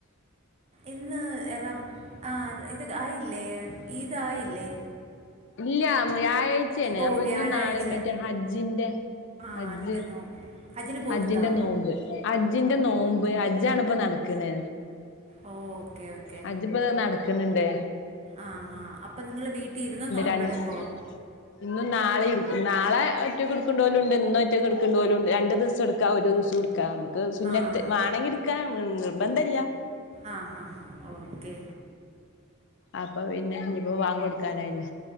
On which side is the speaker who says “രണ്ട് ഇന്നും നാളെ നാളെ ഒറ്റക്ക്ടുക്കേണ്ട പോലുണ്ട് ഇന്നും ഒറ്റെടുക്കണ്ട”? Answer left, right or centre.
Left